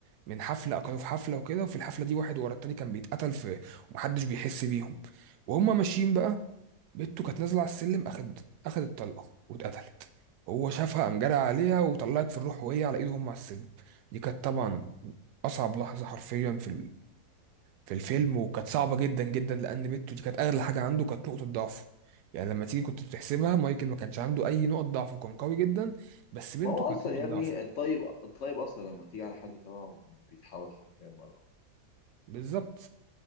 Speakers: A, on the right; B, on the left.
A: من حفله كانوا في حفله وكده وفي الحفله دي واحد ورا التاني كان بيتقتل في ومحدش بيحس بيهم وهما ماشيين بقى بنته كانت نازله على السلم اخد اخدت طلقه واتقتلت هو شافها قام جرى عليها وطلعت في الروح وهي على ايده هم على السلم دي كانت طبعا اصعب لحظه حرفيا في في الفيلم وكانت صعبة جدا جدا لأن ميتو دي كانت أغلى حاجة عنده كانت نقطة ضعفه يعني لما تيجي كنت بتحسبها مايكل ما كانش عنده أي نقط ضعف وكان قوي جدا بس بنته
B: ما هو
A: كانت
B: اصلا
A: نقطة
B: يا
A: ضعفه
B: ابني الطيب الطيب اصلا لما تيجي على حد تبعه بيتحول حرفيا مره واحدة.
A: بالظبط